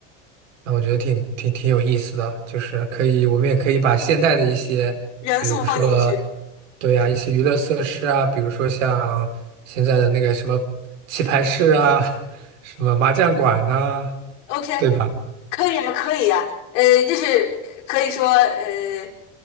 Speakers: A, on the right; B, on the left.
A: 那我觉得挺挺挺有意思的，就是可以，我们也可以把现代的一些，
B: 元素放进去。
A: 比如说，对啊，一些娱乐设施啊，比如说像现在的那个什么棋牌室啊，<laughs> 什么麻将馆呐、
B: OK，
A: 对吧？
B: 可以呀，可以呀，呃，就是呃可以说，呃，